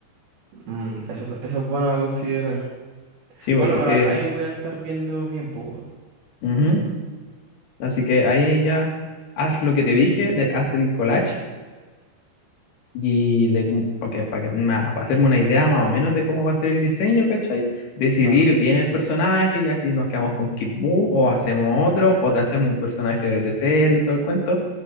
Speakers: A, on the right (about 65°); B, on the left (about 65°).
A: Mm, eso, ta- eso es bueno a considerar.
B: Sí, vos
A: Bueno,
B: porque...
A: pero a- ahí voy a estar viendo bien, pues. weón.
B: ujú. Así que ahí ya haz lo que te dije, de, haz el collage Y de, cómo- porque, para, que- ma- para hacerme una idea más o menos de cómo va a ser el diseño, ¿cachai? Decidir
A: Claro.
B: bien el personaje y así nos quedamos con Kid Buu o hacemos otro o te hacemos un personaje desde cero y todo el cuento.